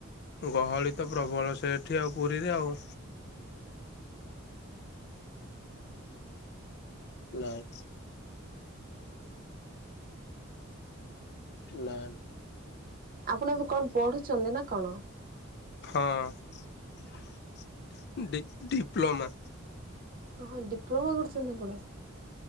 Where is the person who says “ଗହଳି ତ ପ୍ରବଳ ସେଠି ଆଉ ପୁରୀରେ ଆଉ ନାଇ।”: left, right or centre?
Left